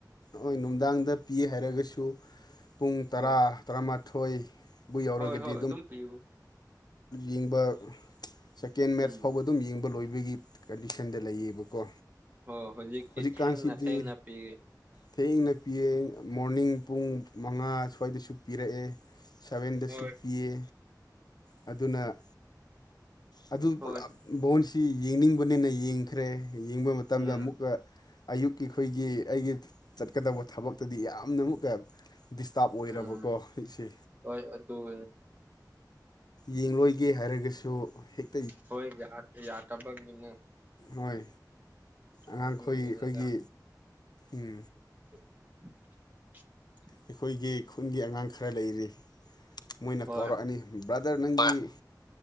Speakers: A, on the left; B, on the right.
A: ꯍꫭꯏ ꯅꯨꯡꯗꯥꯡꯗ ꯄꯤꯑꯦ ꯍꯥꯏꯔꯒꯁꯨ ꯄꯨꯡ ꯇꯔꯥ
B: ꯍꯣꯏ
A: ꯇꯔꯥꯃꯥꯊꯣꯏ ꯕꯨ ꯌꯧꯔꯒꯗꯤ
B: ꯍꯣꯏ ꯍꯣꯏ ꯑꯗꯨꯝ ꯄꯤꯕꯨ꯫
A: ꯌꯦꯡꯕ ꯁꯦꯀꯦꯟ ꯃꯦꯠꯆ
B: ꯎꯝ
A: ꯐꯥꯎꯕ ꯑꯗꯨꯝ ꯌꯦꯡꯕ ꯂꯣꯏ꯫ ꯈꫭꯏꯒꯤ ꯀꯟꯗꯤꯁꯟꯗ ꯂꯩꯌꯦꯕꯀꯣ
B: ꯑꯣ ꯍꯧꯖꯤꯛꯇꯤ
A: ꯍꯧꯖꯤꯛꯀꯥꯟꯁꯤꯗꯤ
B: ꯊꯦꯡꯅ-ꯊꯦꯡꯅ ꯄꯤ꯫
A: ꯊꯦꯡꯅ ꯄꯤꯌꯦꯡ ꯃꯣꯔꯅꯤꯡ ꯄꯨꯡ ꯃꯉꯥ ꯁ꯭ꯋꯥꯏꯗꯁꯨ ꯄꯤꯔꯛꯑꯦ ꯁꯚꯦꯟꯗꯁꯨ
B: ꯍꯣꯏ
A: ꯄꯤꯌꯦ꯫ ꯑꯗꯨꯅ ꯑꯗꯨ
B: ꯍꯣꯏ
A: ꯄꯨꯂꯞ ꯕꯣꯟꯁꯤ ꯌꯦꯡꯅꯤꯡ ꯕꯅꯤꯅ ꯌꯦꯡꯈ꯭ꯔꯦ ꯌꯦꯡꯕ ꯃꯇꯝꯗ
B: ꯎꯝ
A: ꯑꯃꯨꯛꯀ ꯑꯌꯨꯛꯀꯤ ꯑꯩꯈꯣꯏꯒꯤ ꯑꯩꯒꯤ ꯆꯠꯀꯗꯕ ꯊꯕꯛꯇꯗꯤ ꯌꯥꯝꯅ ꯑꯃꯨꯛꯀ ꯗꯤꯁꯇꯥꯔꯕ ꯑꯣꯏꯔꯕꯀꯣ
B: ꯎꯝ
A: ꯍꯧꯖꯤꯛꯁꯦ
B: ꯍꯣꯏ ꯑꯗꯨꯝ
A: ꯌꯦꯡꯂꯣꯏꯒꯦ ꯍꯥꯏꯔꯒꯁꯨ ꯍꯦꯛ
B: ꯍꯣꯏ ꯌꯥ ꯌꯥꯇꯕꯒꯤꯅꯦ꯫
A: ꯍꯣꯏ ꯑꯉꯥꯡꯈꯣꯏ
B: ꯑꯗꯨꯒꯤꯅꯤꯗ
A: ꯑꯩꯈꯣꯏꯒꯤ ꯎꯝ
B: <inaudible>
A: ꯑꯩꯈꯣꯏꯒꯤ ꯈꯨꯟꯒꯤ ꯑꯉꯥꯡ ꯈꯔ ꯂꯩꯔꯤ꯫ ꯃꯣꯏꯅ
B: ꯍꯣꯏ
A: ꯀꯧꯔꯛꯑꯅꯤ ꯕ꯭ꯔꯥꯗꯔ ꯅꯪꯒꯤ